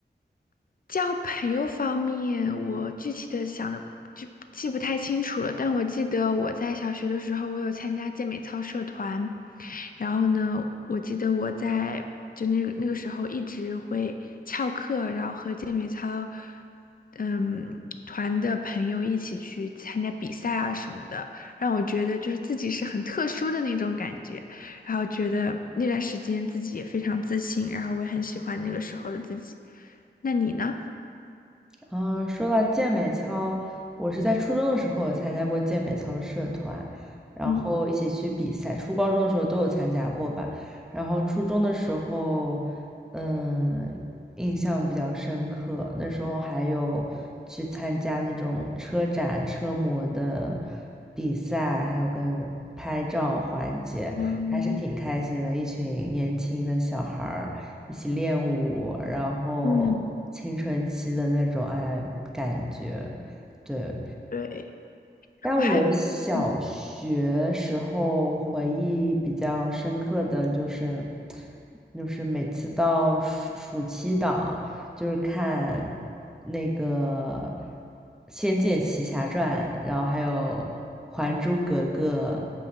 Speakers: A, on the left (about 50°); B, in the centre.
A: 交朋友方面，我具体的想的就记不太清楚了，但我记得我在小学的时候，我有参加健美操社团，然后呢，我记得我在就那个那个时候一直会翘课，然后和健美操嗯团的朋友一起去参加比赛啊什么的，让我觉得就是自己是很特殊的那种感觉。然后觉得那段时间自己也非常自信，然后我也很喜欢那个时候的自己。那你呢？
B: 啊，说到健美操，我是在初中的时候有参加过健美操社团，然后一起去比赛。
A: 嗯，
B: 初高中的时候都有参加过吧。然后初中的时候，嗯，印象比较深刻。那时候还有去参加那种车展、车模的比赛，还有跟拍照环节，
A: 我
B: 还是挺开心的。一群年轻的小孩儿，一起练舞，然后青春期的那种哎感觉，
A: 嗯，
B: 对，
A: 对，
B: 但我小学时候回忆比较深刻的就是，
A: 我还嗯
B: 就是每次到暑暑期档，就是看那个《仙剑奇侠传》，然后还有《还珠格格》